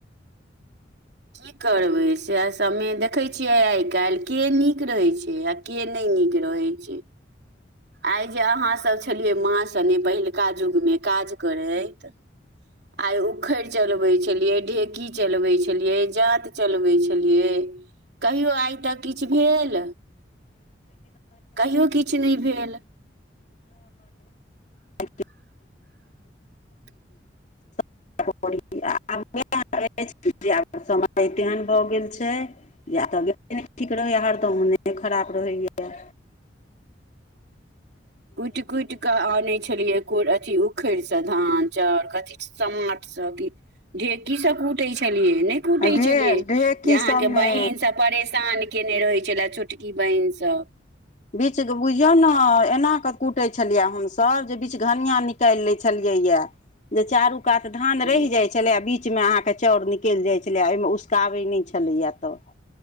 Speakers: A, on the right; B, on the left.
A: की करबै सएह समय देखैत छियै आइ काल्हि के नीक रहैत छै आ के नहि नीक रहै छै आइ जे अहाँसब छलियै माँ संगे पहिलका जुग मे काज करैत आइ उखड़ि चलबै छलिये ढेकी चलबे छलियै जांत चलबै छलियै कहियो आइ तक किछ भेल कहियो किछ नै भेल
B: समय
A: <inaudible>
B: <unintelligible> समय तेहन भऽ गेल छै जे आब तऽ ठीक रह हरदम <unintelligible> मोने खराप रहैए
A: कुटि कुटि कऽ अनै छलियै कोरि अथी उखड़ि सँ तऽ धान चाउर कथी समाट सब की ढेकी सँ कूटै छेलियै कुटै
B: ढेर
A: छलियै
B: ढेकी
A: जे अहाँके
B: सबमे
A: बहिन सब परेशान केने रहै छलैये छोटकी बहिन सँ
B: बीच बुझियौ ने एना कऽ कूटै छलियै हमसभ जे बीच घनियां निकालि लै छलियै में जे चारू कात धान
A: हँ
B: रहि जाय छलै आ बिच बीचमे अहाँके चाउर निकलि जाइ छलैए एहिमे उसकाबै नहि छलैए तऽ